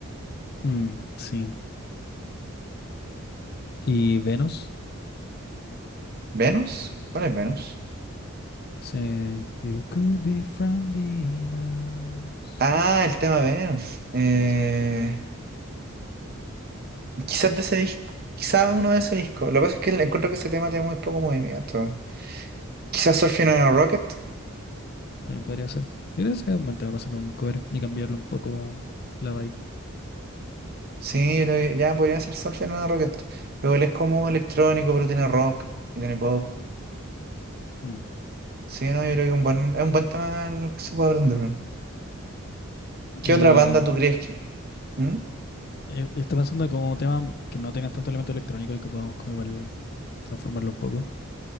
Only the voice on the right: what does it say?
¿Venus? ¿Cuál es Venus?
Ah, el tema Venus. Eh,
quizás de ese disco. Quizás uno de ese disco. Lo que pasa es que encuentro que ese tema tiene muy poco movimiento. Quizás Surfing on a Rocket.
Sí, yo creo que ya podría ser Surfing on a Rocket. Pero él es como electrónico, pero tiene rock y tiene pop.
Sí, no, yo creo que un buen, es un buen tema el que se puede aprender, weón. ¿Qué
otra banda tú crees que...? ¿Mm?